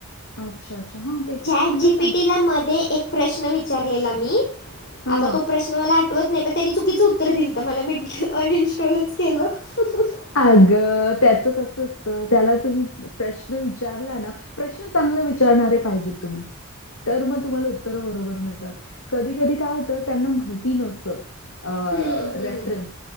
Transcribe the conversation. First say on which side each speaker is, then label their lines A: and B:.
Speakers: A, on the left; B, on the left.
A: अच्छा अच्छा हा ते
B: चॅट
A: पण चांगलं
B: जी
A: सांगते
B: पी टीला मध्ये एक प्रश्न विचारलेला मी
A: हा
B: आता तो प्रश्न मला आठवत नाही पण त्यांनी चुकीचं उत्तर दिलंतं तर मला मी अनइन्स्टॉलच केलं <unintelligible>
A: आगं त्याचं कसं असतं त्याला तुम्ही प्रश्न विचारला ना प्रश्न चांगला विचारणारे पाहिजेत तुम्ही तर म तुम्हाला उत्तरं बरोबर मिळतात कधी कधी काय होतं त्यांना माहिती नसतं अ अ
B: हं, हं,
A: रेफरन्स